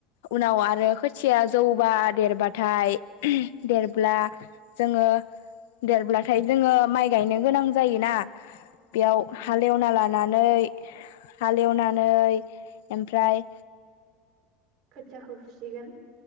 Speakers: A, on the left (about 85°); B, on the right (about 35°).
A: उनाव आरो खोथिया जौबा देरबाथाय देरब्ला जोङो देरब्लाथाय जोङो माइ गायनो गोनां जायोना बेयाव
B: उम
A: हालेवना ला नै हालेवनानै ओमफ्राय
B: खोथियाखौ फुसिगोन